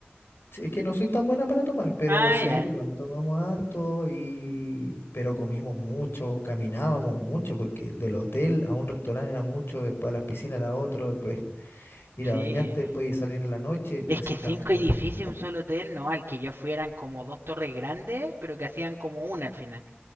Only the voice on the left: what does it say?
Sí, es que no soy tan buena para tomar, pero
sí,
igual tomamos harto y pero comimos mucho, caminábamos mucho, porque del hotel a un restaurante era mucho, después a las piscinas era otro, después <laughs> ir
a bañarte, después ir a salir en la noche, y
así
estábamos
todo
el día.